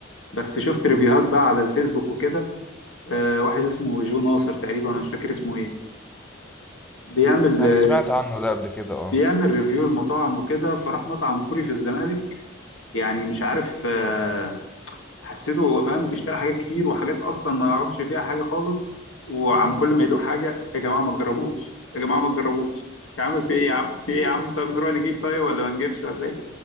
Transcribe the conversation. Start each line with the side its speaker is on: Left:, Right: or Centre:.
Left: بس شفت ريفيوهات بقى على الفيسبوك وكده آه، واحد اسمه جو ناصر تقريبا انا مش فاكر اسمه ايه بيعمل
Centre: أنا
Left: آه،
Centre: سمعت عنه ده قبل كده اه
Left: بيعمل ريفيو المطاعم وكده فراح مطعم كوري في الزمالك يعني مش عارف آه، حسيته فاهم اشترى حاجات كتير وحاجات اصلا ما يعرفش فيها حاجه خالص وعم كل ما يدوق حاجه يا جماعه ما تجربوش يا جماعه ما تجربوش يا عم في ايه يا عم في ايه يا عم طب نروح نجيب طيب ولا ما نجيبش ولا ايه